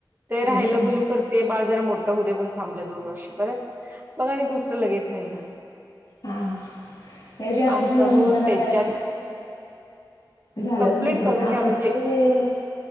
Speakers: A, on the right; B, on the left.
A: ते राहिलं
B: हम्म हम्म
A: बुलूपर ते बाळ जरा मोठं हो देऊ थांबलं दोन वर्षे परत मग आणि दुसरं लगेच राहिला.
B: हा हे ते असच
A: असं
B: झालं
A: होऊन
B: म्हणताना
A: त्याच्यात
B: काय? झालंच
A: कंप्लीट
B: नाही पण
A: करून
B: आता
A: घ्या म्हणजे
B: ते